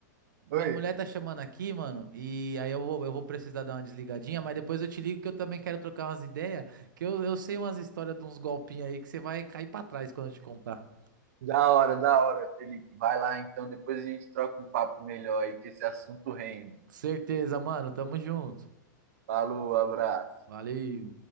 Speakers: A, on the right (about 80°); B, on the right (about 45°).
A: minha
B: Oi.
A: mulher tá chamando aqui, mano. E aí eu vou, eu vou precisar dar uma desligadinha, mas depois eu te ligo que eu também quero trocar umas ideias. Que eu, eu sei umas histórias de uns golpinhos aí que você vai cair pra trás quando eu te contar.
B: Da hora, da hora, Felipe. Vai lá então, depois a gente troca um papo melhor aí, que esse assunto rende.
A: Certeza, mano. Tamo junto.
B: Falou, abraço.
A: Valeu.